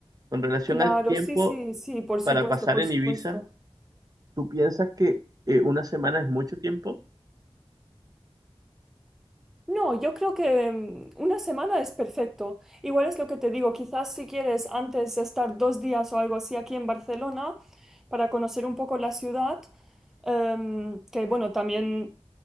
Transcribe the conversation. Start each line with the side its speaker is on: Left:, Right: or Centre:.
Right: Con relación
Centre: claro,
Right: al tiempo
Centre: sí, sí, sí, por supuesto,
Right: para pasar
Centre: por
Right: en
Centre: supuesto.
Right: Ibiza, ¿tú piensas que eh, una semana es mucho tiempo?
Centre: No, yo creo que mm, una semana es perfecto. Igual es lo que te digo, quizás si quieres antes estar dos días o algo así aquí en Barcelona para conocer un poco la ciudad, em, que bueno, también